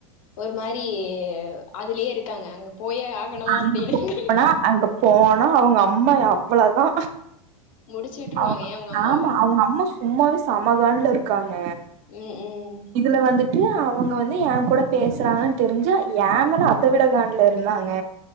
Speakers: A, on the left; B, on the right.
A: ஒரு மாறி அதுலயே இருக்காங்க அங்கப் போயே ஆகணு
B: அங்க
A: அப்டினாங்க
B: போனா அங்க போனா அவங்க அம்மா அவ்ளதா
A: முடிச்சு விட்டுருவாங்க
B: அவ்ங்க
A: ஏ அவங்க அம்மாவ
B: ஆமா அவங்க அம்மா சும்மாவே சமகாண்டுல இருக்காங்க
A: ம் ம்
B: இதுல வந்து டியா அவங்க வந்து எய கூட பேசுறாங்கன்னு தெரிஞ்சே ஏமேல அதவிடகான்டடுல இருந்து வாங்க